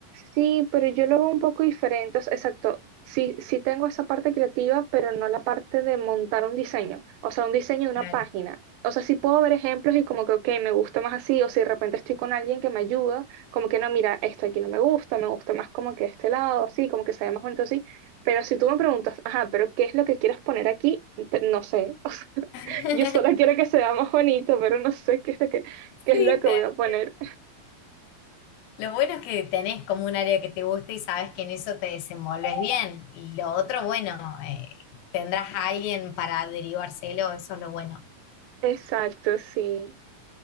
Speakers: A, on the right; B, on the left.
A: Sí, pero yo lo veo un poco diferente. o sea, Exacto. Sí, sí tengo esa parte creativa, pero no la parte de montar un diseño. O sea, un diseño de una
B: Claro.
A: página. O sea, sí puedo ver ejemplos y como que, ok, me gusta más así. O si de repente estoy con alguien que me ayuda, como que no, mira, esto aquí no me gusta, me gusta más como que este lado, así, como que se ve más bonito así. Pero si tú me preguntas, ajá, pero ¿qué es lo que quieres poner aquí? Te- No sé. <laughs>
B: <laughs>
A: Yo solo quiero que se vea más bonito, pero no sé qué es lo que, qué
B: Sí,
A: es lo que
B: te
A: voy a poner.
B: entiendo. Lo bueno es que tenés como un área que te gusta y sabes que en eso te desenvolves bien. Y lo otro, bueno, eh, tendrás a alguien para derivárselo, eso es lo bueno.
A: Exacto, sí.